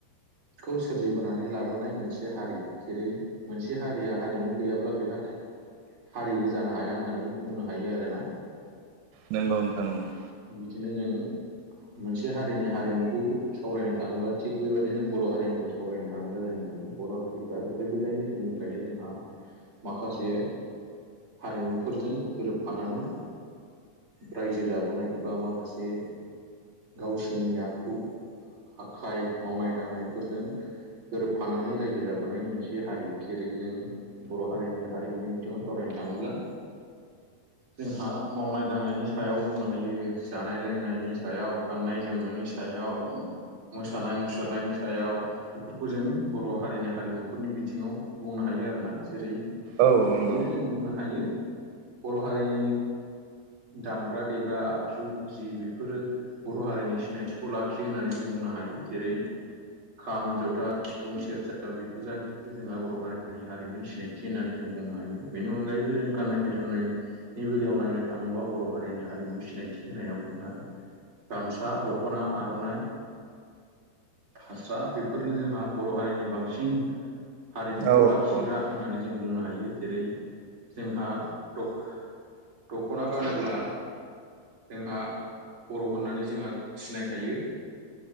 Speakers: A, on the right; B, on the right.
A: खौ सोरजिबोनानै लाबोनाय मोनसे हारि जेरै मोनसे हारिया हारिमु गैयाब्ला बेहा था हारिबो जानो हाया होननानै बुंनो हायो आरो ना।
B: नोंगौ नोंथां नोंगौ।
A: बिदिनो जों मोनसे हारिनि हारिमुखौ सावरायनो थाङोब्ला थिग बेबायदिनो बर' हारिनिखौ सावरायनो थाङोब्ला जों मोनो बर' हारिफ्रा गोदो गोदायनि समनिफ्रायनो जोंहा माखासे हारिमुफोरजों गोरोबफानानै रायजो जाबोनाय बा माखासे गावसिनि आखु आखाइ मावनाय दांनायफोरजों गोरोबफानानै रायजो जाबोनाय मोनसे हारि जेरै जों बर' हारिनि हारिमुनि बिथिङाव सावरायनो थाङोब्ला जोंहा मावनाय दांनायनि सायाव बुंना हायो जानाय लोंनायनि सायाव गाननाय जोमनायनि सायाव। मोसानाय मुसुरनायनि सायाव। बेफोरखौ जों बर' हारिनि हारिमुफोरनि बिथिङाव बुंनो हायो आरो ना। जेरै
B: औ नंगौ
A: बिदिनो जों बुंनो हायो बर' हारिनि दामग्रा देग्रा आगजु जि बिफोरो बर' हारिनि सिनायथिखौ लाखियो होननानै जों बुंनो हायो जेरै खाम, जथा, सिफुं, सेरजा बेफोर जाख जोंहा बर' हारिनि हारिमुनि सिनायथि होननानै जों बुंनो हायो। बेनि अनगायैबो जों गाननाय जोमनाय नि बेलायाव नायनो थाङोब्ला बर' हारिनि हा हारिमु सिनायथि होनायाव बा गामसा, दख'ना, आर'नाइ फास्रा बेफोरनो जोंहा बर' हारिनि बांसिन हारिमुखौ
B: औ
A: लाखिग्रा
B: नंगौ नोंथां
A: होननानै जों बुंनो हायो। जेरै' जोंहा द दख'ना गानोब्ला जोंहा बर' होननानै जोंहा सिनायखायो।